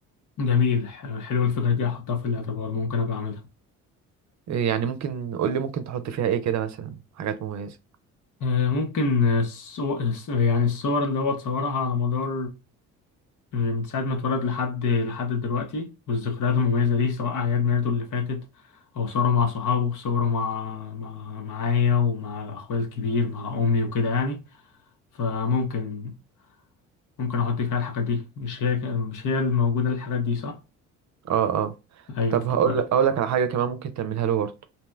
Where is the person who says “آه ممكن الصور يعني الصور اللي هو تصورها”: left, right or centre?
Left